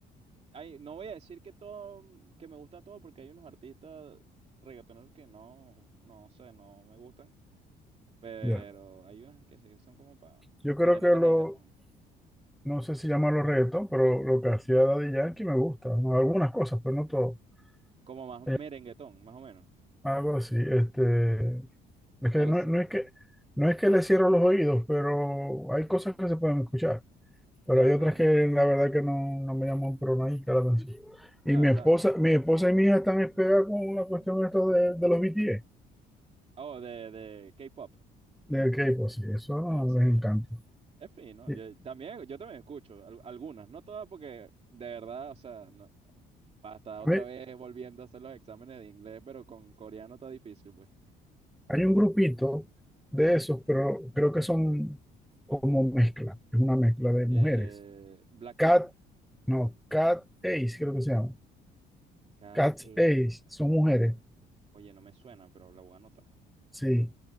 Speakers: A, on the right (about 40°); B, in the centre.
A: Ay, no voy a decir que todo, que me gusta todo, porque hay unos artistas reggaetoneros que no, no sé, no me gustan, pero
B: ya.
A: hay unas que sí son como para
B: Yo creo
A: tenerlas
B: que lo,
A: ahí de fondo.
B: no sé si llamarlo reggaetón, pero lo que hacía Daddy Yankee me gusta, ¿no? Algunas cosas, pero no todo.
A: Como más
B: Eh,
A: merenguetón, más o menos.
B: algo así, este, Es que
A: Algo
B: no,
A: así.
B: no es que, no es que le cierro los oídos, pero hay cosas que se pueden escuchar, pero
A: Claro,
B: hay otras
A: claro,
B: que
A: claro.
B: la verdad que no, no me llaman pero nadie la atención. Y
A: Ah,
B: mi
A: está.
B: esposa, mi esposa y mi hija están pegadas con la cuestión esto de, de los BTS,
A: Oh, de, de K-pop.
B: del K-pop, sí, eso no,
A: Ah, eso
B: les encanta.
A: Es es fino.
B: Y,
A: Yo también, yo también escucho al- algunas, no todas porque de verdad, o sea, no, hasta otra
B: a ver,
A: vez volviendo a hacer los exámenes de inglés, pero con coreano está difícil, pues.
B: hay un grupito de esos, pero creo que son como mezcla, es una mezcla de mujeres.
A: Eh, Blackpink.
B: Cat, no, Cat Ace creo que se llama.
A: Cat
B: Cat
A: Ace.
B: Ace son mujeres,
A: Oye, no me suena, pero la voy a anotar.
B: sí.